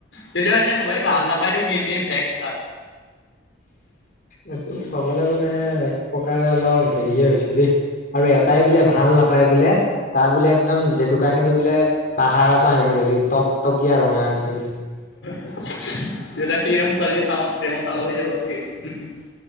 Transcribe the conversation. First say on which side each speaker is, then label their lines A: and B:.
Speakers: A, on the left (about 75°); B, on the left (about 45°).
A: তেতিয়া এনেকে ক'ব এই ভাল নাপায় তোক ইনে ভেকষ্টাৰ।
B: এইটো কবলৈ গলে এক প্ৰকাৰে অলপ হেৰিয়ে হৈছে দেই। আৰু এটাই বোলে ভাল নাপায় বোলে, তাৰ বোলে একদম জেতুকা খিনি বোলে পাহাৰৰ পৰা আনিছিলে টকটকীয়া ৰঙা হৈছে বোলে।
A: তেতিয়া সি একদম ছোৱালীজনী পাগল প্ৰেমত পাগল হৈ যাব ঐ, হি হি।